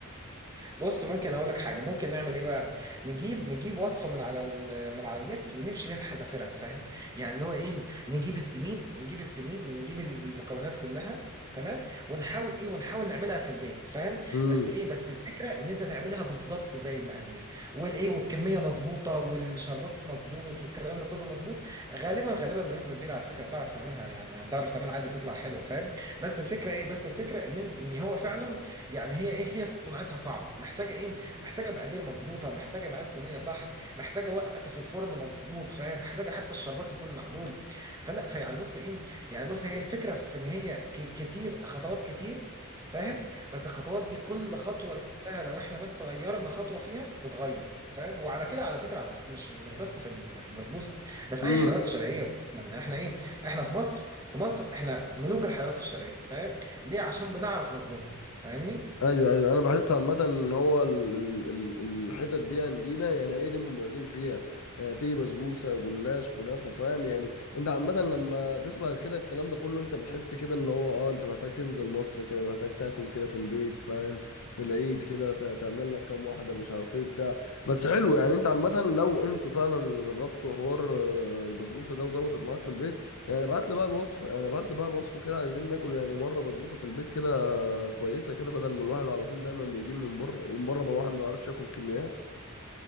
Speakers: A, on the right (about 15°); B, on the left (about 75°).
A: بص ممكن اقول لك حاجه ممكن نعمل ايه بقى نجيب نجيب وصفه من على ال- من على النت ونمشي بيها بحذافيرها فاهم يعني اللي هو ايه نجيب السميد نجيب السميد ونجيب المكونات كلها تمام ونحاول ايه ونحاول نعملها في البيت فاهم
B: امم
A: بس ايه بس الفكره ان انت تعملها بالظبط زي المقادير والايه والكميه مظبوطه والشربات مظبوط والكلام ده كله مظبوط غالبا غالبا بنسبه كبيره على فكره هتعرف تعملها يعني هتعرف تعملها عادي وتطلع حلوه فاهم بس الفكره ايه بس الفكره ان إنت- ان هو فعلا يعني هي ايه هي صناعتها صعبه محتاجه ايه محتاجه مقادير مظبوطه محتاجه مقاس صينيه صح محتاجه وقت في الفرن مظبوط فاهم محتاجه حتى الشربات يكون معدول فلا فيعني بص ايه يعني بص هي الفكره في ان هي ك- كتير خطوات كتير فاهم بس الخطوات دي كل خطوه لوحدها لو احنا بس غيرنا خطوه فيها تتغير فاهم وعلى كده على فكره على ف- مش مش بس في ال- في البسبوسه ده في
B: امم
A: اي حلويات شرقيه يعني احنا ايه احنا في مصر في مصر احنا ملوك الحلويات الشرقيه فاهم ليه عشان بنعرف نظبطها فاهمني
B: ايوه ايوه انا بحس عامه ان هو ال- ال- ال- الحتت دي عندنا يعني ايه دي مميزين فيها يعني تيجي بسبوسه جلاش كنافه فاهم يعني انت عامه لما تسمع كده الكلام ده كله انت بتحس كده اللي هو اه انت محتاج تنزل مصر كده محتاج تاكل كده في البيت فاهم في العيد كده ت- تعمل لك كام واحده مش عارف ايه بتاع بس حلو يعني انت عامه لو انتوا فعلا جربتوا حوار آه، البسبوسه ده وظبطت معاك في البيت يعني ابعت لي بقى الوصفه يعني ابعت لي بقى الوصفه كده عايزين ناكل يعني مره بسبوسه في البيت كده كويسه كده بدل ما الواحد على طول دايما بيجيب من بره ومن بره بقى واحد ما يعرفش ياكل كميات